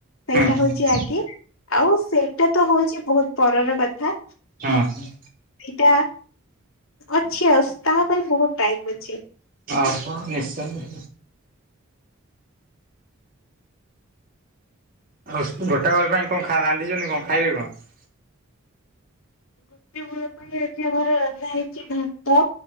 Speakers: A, on the left; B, on the right.
A: ସେଇଟା
B: ହୁଁ ହୁଁ
A: ହଉଚି ଆଗେ ଆଉ ସେ ସେଇଟା ତ ହଉଚି ବହୁତ୍ ପରର କଥା
B: ହଁ ହଁ।
A: ଏଇଟା ଅଛି ଆ ତାପାଇଁ ବୋହୁତ୍ ଟାଇମ୍ ଅଛି।
B: ଆଉ କଣ ନିଶ୍ଚୟ ଆଉ ଗୋଟା ବେଳେ ପାଇଁ କଣ ରାନ୍ଧିଛନ୍ତି କଣ ଖାଇବେ କଣ?
A: ଗୋଟେ ବେଳ ପାଇଁ ଆଜି ଆମର ରନ୍ଧା ହେଇଚି ଭାତ